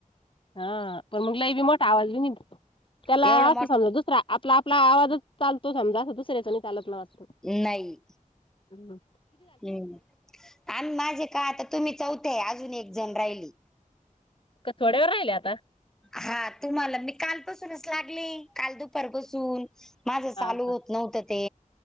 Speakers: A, on the left; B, in the centre.
A: हा पण मग ल बी मोठा आवाज ब नितो त्याला
B: एवढं
A: असं
B: मोठ
A: समजा दुसरा आपला आपला आवाजच चालतो समजा असं दुसऱ्याचा चालत नाही वाटत.
B: नाही.
A: हम्.
B: हम्म आणि माझे का आता तुम्ही चौथेय अजून एक जण राहिली
A: कठवड्यावर राहिले आता.
B: हा तुम्हाला मी कालपासूनच लागले काल दुपारपसून. माझं चालू
A: हाव का?
B: होत नव्हतं ते